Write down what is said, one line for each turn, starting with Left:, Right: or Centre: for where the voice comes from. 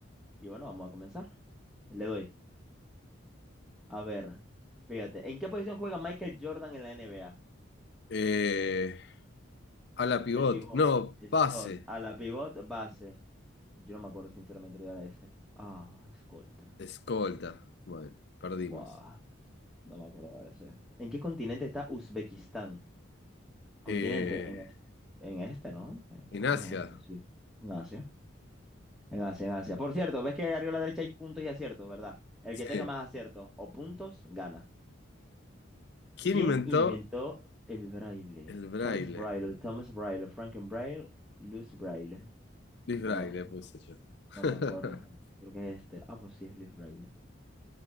Centre: Y bueno, vamos a comenzar. Le doy. A ver, fíjate. ¿En qué posición juega Michael Jordan en la NBA?
Left: Eh, a la pivot,
Centre: De pivot.
Left: no, pase,
Centre: Scott. A la pivot base. Yo no me acuerdo sinceramente de era este. Ah, escolta.
Left: escolta. Bueno, perdimos.
Centre: Buah, no me acuerdo de ese. ¿En qué continente está Uzbekistán? Continente,
Left: Eh,
Centre: en este, en este, ¿no? Eh,
Left: en
Centre: Creo
Left: Asia,
Centre: que en este, sí. En Asia. En Asia, en Asia. Por cierto, ves que arriba a la derecha hay puntos y aciertos, ¿verdad? El
Left: sí.
Centre: que tenga más aciertos o puntos, gana.
Left: ¿Quién
Centre: ¿Quién
Left: inventó
Centre: inventó el braille?
Left: el braille?
Centre: Charles Braille, Thomas Braille, Franklin Braille, Louis Braille.
Left: Luis
Centre: Wow,
Left: Braille, puse yo. <laughs>
Centre: no me acuerdo. Creo que es este. Ah, pues sí, es Louis Braille.